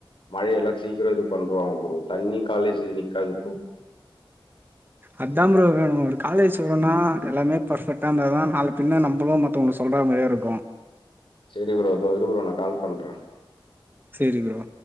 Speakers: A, on the left (about 75°); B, on the right (about 25°).
A: மழைல்லாம் சீக்கிரம் இது பண்ருவாங்க ப்ரோ தண்ணி காலேஜ்ல நிக்காது ப்ரோ
B: அத்தான் ப்ரோ வேணும் ஒரு காலேஜ் ஸ்டுடென்ட்னா எல்லாமே பர்ஃபெக்டாக இருந்தா தா நாலு பின்னே நம்முளு ர்தவாங்கள சொல்ற மாரியா இருக்கும்
A: சரி ப்ரோ தோ இரு ப்ரோ நா கால் பண்றேன்
B: சரி ப்ரோ